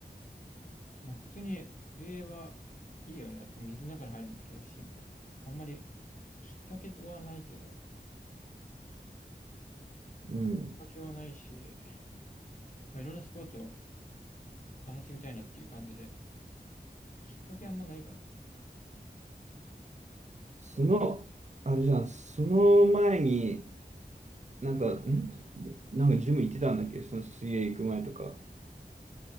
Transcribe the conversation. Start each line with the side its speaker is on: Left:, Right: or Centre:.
Left: まあ普通に水泳はいいよね。だって水の中に入るの好きだし、みたいな。あんまりきっかけはないけど、
Right: うん。
Left: きっかけはないし、まあいろんなスポーツを楽しみたいなっていう感じで、きっかけあんまないかな。
Right: その、あれじゃん、その前に、なんか、んなんかジム行ってたんだっけ、その水泳行く前とか。